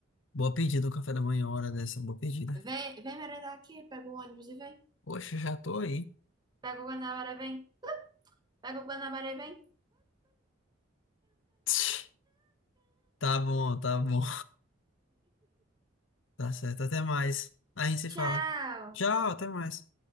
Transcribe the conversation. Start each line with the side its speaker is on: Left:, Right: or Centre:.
Left: Boa pedida, um café da manhã, hora dessa, boa pedida.
Right: Vem, vem merendar aqui, pega o ônibus e vem.
Left: Poxa, já tô aí.
Right: Pega o Guanabara e vem. Pega o Guanabara e vem.
Left: <tsk> Tá bom, tá bom. Tá certo, até mais. A gente se
Right: Tchau.
Left: fala. Tchau, até mais.